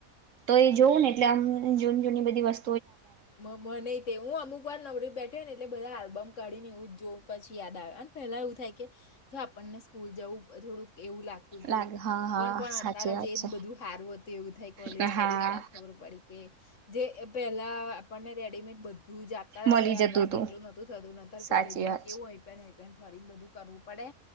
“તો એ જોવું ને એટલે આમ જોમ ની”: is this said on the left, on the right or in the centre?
Right